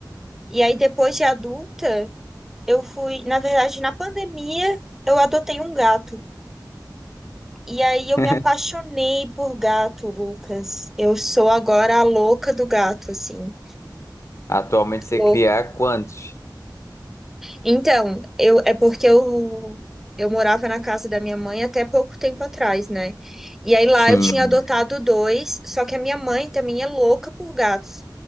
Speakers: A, in the centre; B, on the left (about 40°).
A: E aí, depois de adulta, eu fui, na verdade, na pandemia, eu adotei um gato. E aí eu
B: <laughs>
A: me apaixonei por gato, Lucas. Eu sou agora a louca do gato, assim,
B: Atualmente você
A: louca.
B: cria quantos?
A: Então, eu é porque eu eu morava na casa da minha mãe até pouco tempo atrás, né? E aí lá
B: Sim.
A: eu tinha adotado dois, só que a minha mãe também é louca por gatos.